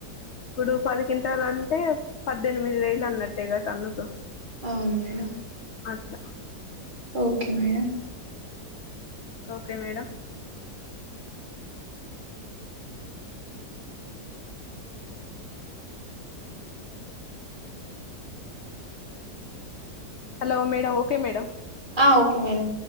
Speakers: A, on the left (about 65°); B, on the right (about 30°).
A: ఇప్పుడు పది క్వింటాళ్లు అంటే పద్దెనిమిది వేలు అన్నట్టే గ టన్నుకు
B: అవును మేడం
A: అట్లా
B: okay madam
A: okay madam hello madam okay madam
B: ఆ ఓకే మేడం